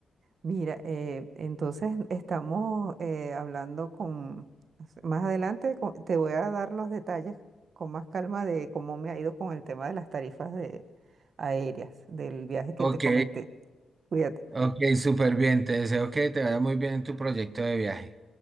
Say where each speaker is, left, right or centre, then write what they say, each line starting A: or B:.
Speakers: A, on the right; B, on the right.
A: Mira, eh, entonces estamos eh, hablando con, más adelante co- te voy a dar los detalles con más calma de cómo me ha ido con el tema de las tarifas de, aéreas, del viaje que
B: Ok,
A: te comenté. Cuídate.
B: ok, súper bien. Te deseo que te vaya muy bien en tu proyecto de viaje.